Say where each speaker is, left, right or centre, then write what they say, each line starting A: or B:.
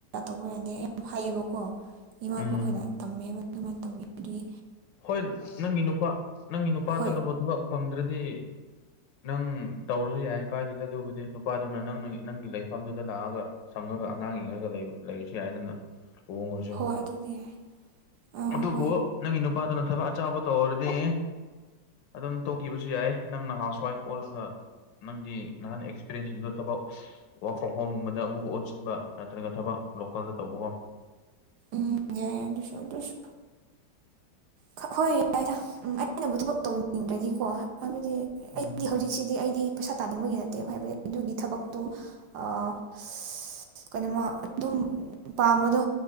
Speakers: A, on the right (about 70°); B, on the left (about 80°).
A: ꯇꯧꯕ ꯌꯥꯗꯦ ꯌꯥꯝ ꯍꯥꯏꯌꯦꯕꯀꯣ ꯏꯃꯥ
B: ꯎꯝ
A: ꯏꯄꯥ ꯈꯣꯏꯅ ꯇꯝꯃꯦꯕ ꯑꯗꯨꯃꯥꯏꯅ ꯇꯝꯃꯦ ꯑꯗꯨꯒꯤ
B: ꯍꯣꯏ ꯅꯪꯒꯤ ꯅꯨꯄꯥ ꯅꯪꯒꯤ ꯅꯨꯄꯥꯗꯨꯅꯕꯨ
A: ꯍꯣꯏ
B: ꯊꯕꯛ ꯐꯪꯗ꯭ꯔꯗꯤ ꯅꯪ ꯇꯧꯔꯖꯨ ꯌꯥꯏ ꯀꯥꯏꯗꯦꯗ ꯑꯗꯨꯕꯨꯗꯤ ꯅꯨꯄꯥꯗꯨꯅ ꯅꯪꯅ ꯅꯪꯒꯤ ꯂꯩꯐꯝꯗꯨꯗ ꯂꯥꯛꯑꯒ ꯁꯪꯉꯒ ꯑꯉꯥꯡ ꯌꯦꯡꯉꯒ ꯂꯩꯕ ꯂꯩꯔꯁꯨ ꯌꯥꯏꯗꯅꯥ ꯂꯨꯍꯣꯡꯉꯖꯦ
A: ꯍꯣꯏ ꯑꯗꯨꯗꯤ ꯌꯥꯏ ꯑꯥ
B: ꯑꯗꯨꯕꯨ
A: ꯍꯣꯏ
B: ꯅꯪꯒꯤ ꯅꯨ ꯄꯥꯗꯨꯅ ꯊꯕꯛ ꯑꯆꯥꯎꯕ ꯇꯧꯔꯗꯤ ꯑꯗꯨꯝ ꯇꯣꯛꯀꯤꯕꯖꯨ ꯌꯥꯏ ꯅꯪꯅ ꯍꯥꯎꯁ ꯋꯥꯏꯐ ꯑꯣꯜꯂꯒ ꯅꯪꯒꯤ ꯅꯍꯥꯟ ꯑꯦꯛꯁꯄꯤꯔꯦꯟꯁꯁꯤꯡꯗꯨ ꯊꯕꯛ ꯋꯔꯛ ꯐ꯭ꯔꯣꯝ ꯍꯣꯝꯒꯨꯝꯕꯗ ꯑꯃꯨꯛꯀ ꯑꯣꯟꯁꯤꯟꯕ ꯅꯠꯇ꯭ꯔꯒ ꯊꯕꯛ ꯂꯣꯀꯦꯜꯗ ꯇꯧꯕꯒꯣ
A: ꯎꯝ ꯌꯥꯏ ꯑꯗꯨꯁꯨ ꯑꯗꯨꯁꯨ ꯈ ꯍꯣꯏ ꯌꯥꯏꯗ ꯎꯝ ꯑꯩꯅꯕꯨ ꯊꯕꯛ ꯇꯧꯅꯤꯡꯗ꯭ꯔꯗꯤꯀꯣ ꯍꯥꯏꯕꯗꯤ
B: ꯎꯝ
A: ꯑꯩꯗꯤ ꯍꯧꯖꯤꯛ ꯁꯤꯗꯤ ꯑꯩꯗꯤ ꯄꯩꯁꯥ ꯇꯥꯅꯤꯡꯕꯒꯤ ꯅꯠꯇꯦꯕ ꯍꯥꯏꯕꯗꯤ ꯑꯗꯨꯒꯤ ꯊꯕꯛꯇꯣ ꯑꯥ <unintelligible> ꯀꯩꯅꯣꯝꯃ ꯑꯗꯨꯝ ꯄꯥꯝꯕꯗꯣ